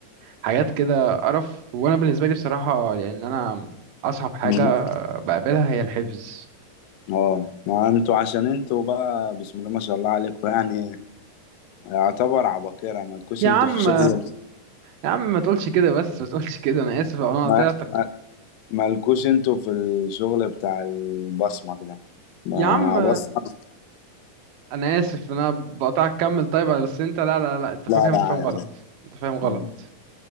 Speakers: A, on the right; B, on the left.
A: حاجات كده قرف وانا بالنسبه لي بصراحه لان انا اصعب حاجه
B: لا.
A: بقابلها هي الحفظ
B: اه ما انتوا عشان انتوا بقى بسم الله ما شاء الله عليكم يعني يعتبر عباقرة مالكوش
A: يا
B: انتوا
A: عم
B: في شغل
A: يا عم ما تقولش كده بس ما تقولش كده انا اسف لو انا
B: ما
A: قطعتك
B: ما مالكوش انتوا في الشغل بتاع البصمك ده ما
A: يا عم
B: بصمك
A: انا اسف انا بقطعك كمل طيب بس انت لا لا لا انت فاهم
B: لا لا
A: فاهم
B: عادي
A: غلط انت فاهم غلط
B: مم.